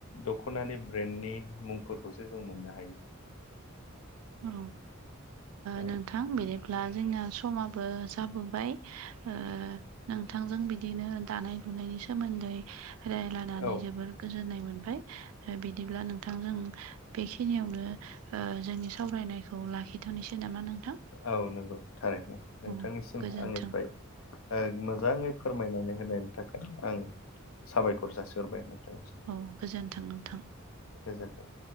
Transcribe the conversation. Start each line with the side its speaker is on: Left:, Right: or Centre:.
Left: दख'नानि ब्रेन्डनि मुंफोरखौसो जों मोननो हायो।
Right: औ ओ
Left: औ
Right: नोंथां थां बिदिब्ला जोंना समाबो जाबोबाय ओ नोंथांजों बिदिनो दानाय लुनायनि सोमोन्दै रायलायनानै
Left: औ
Right: जोबोद। गोजोननाय मोनबाय बिदिब्ला नोंथांजों बेखिनियावनो ओ जोंनि सावरायनायखौ लाखिथ'नोसै नामा? नोंथां।
Left: औ नंगौ थारैनो नोंथांनिसिम
Right: औ गोजोन्थों
Left: आंनिफ्राय ओ मोजाङै फोरमायनानै होनायनि थाखाय आं साबायखर जासिहरबाय नोंथांनिसिम।
Right: औ गोजोन्थों नोंथां।
Left: गोजोन्थों।